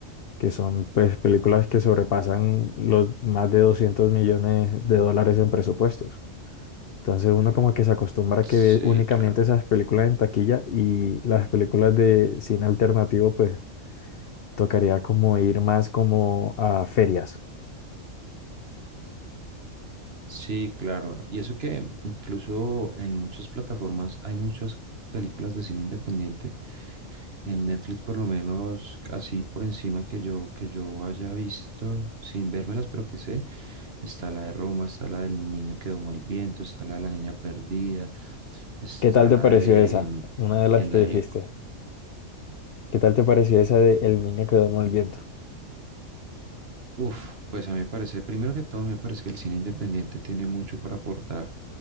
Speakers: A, on the left (about 60°); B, on the right (about 50°).
A: que son pues películas que sobrepasan los más de 200 millones de dólares en presupuestos. Entonces uno como que se acostumbra
B: sí,
A: a que ve únicamente
B: claro.
A: esas películas en taquilla y las películas de cine alternativo pues Tocaría como ir más como a ferias.
B: Sí, claro. Y eso que incluso en muchas plataformas hay muchas películas de cine independiente En Netflix, por lo menos, así por encima que yo, que yo haya visto, sin vérmelas, pero que sé, está la de Roma, está la del niño que domó el viento, está la de la niña perdida, está
A: ¿Qué tal te
B: la
A: pareció
B: de
A: esa?
B: mm,
A: Una de las
B: Tienda
A: que
B: de
A: dijiste. ¿Qué tal te pareció esa de El niño que duerme al viento?
B: Uf, pues a mí me parece, primero que todo, me parece que el cine independiente tiene mucho para aportar